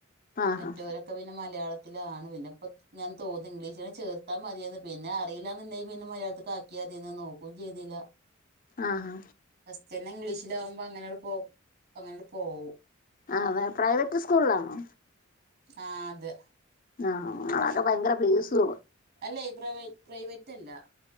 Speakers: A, on the left; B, on the right.
A: ആഹാ
B: മറ്റോരൊക്കെ പിന്നെ മലയാളത്തിലാണ് പിന്നെ ഇപ്പൊ ഇങ്ങനെ തോന്നി ഇംഗ്ലീഷിലെ ചേർത്താ മതിയെന്ന് പിന്നെ അറിയില്ലാന്ന്ണ്ടങ്കി പിന്നെ മലയാളത്ത്ക്ക് ആക്കിയാതീന്നു നോക്കും ചെയ്തില
A: ആഹ്
B: ഫസ്റ്റ്ന്നേ ഇംഗ്ലീഷിലാഉമ്പോ അങ്ങനെട് പോ പഅങ്ങനെട് പോവു
A: ആഹ് വെ പ്രൈവറ്റ് സ്കൂൾളാണോ
B: ആഹ് അതെ
A: ആഹ് അവട ഭയങ്കര ഫീസു
B: അല്ലേ പ്രവേ പ്രൈവറ്റ് അല്ല